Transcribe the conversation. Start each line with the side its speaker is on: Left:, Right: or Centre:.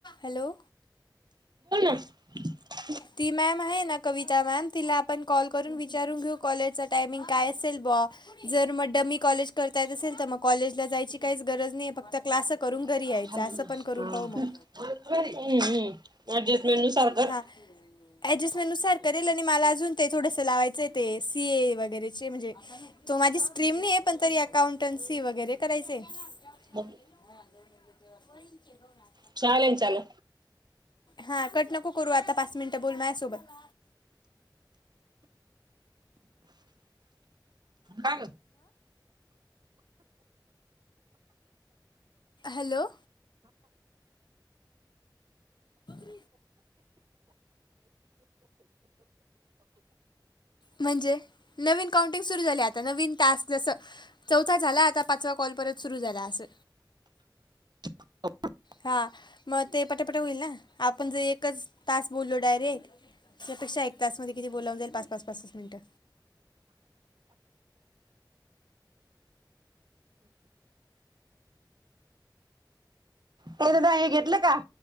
Left: हॅलो!
Right: <unintelligible> <inaudible>
Left: ती मॅम आहे ना कविता मॅम तिला आपण कॉल करून विचारून घेऊ कॉलेजचा टायमिंग काय असेल. जर डमी कॉलेज करता येत असेल तर मग कॉलेजला जायची काहीच गरज नाही फक्त क्लास करून. घरी
Right: हा
Left: यायचं
Right: हम्म
Left: असं पण करून पाहू मग
Right: हम्म.. मेनू सांग तर.
Left: हां आणि मला अून ते थोडं लावायचं. ते सीए वगैरेचे म्हणजे तो माझी स्ट्रीम नाही आहे पण तरी अकाउंटन्सी वगैरे करायचे.
Right: हम्..
Left: <inaudible>
Right: चालेल चालेल.
Left: हा कट नको करू आता पाच मिनिटं बोल म आहे सोबत. <inaudible>
Right: का ग?
Left: हॅलो! <inaudible> म्हणजे नवीन काउंटिंग सुर झाली आता नवीन टॅक्स जसं चौथा झाला आ पाच. कॉल परत सुरू झालासं.
Right: हो.
Left: हा मग ते पटापट होईल ना आपण जर एकच तास बोललो. डायरेट त्यापेक्षा. त्याचमध्ये किती बोलावून जाईल पाच पाच पाच तस मिनिटं
Right: का दादा हे घेतलं का?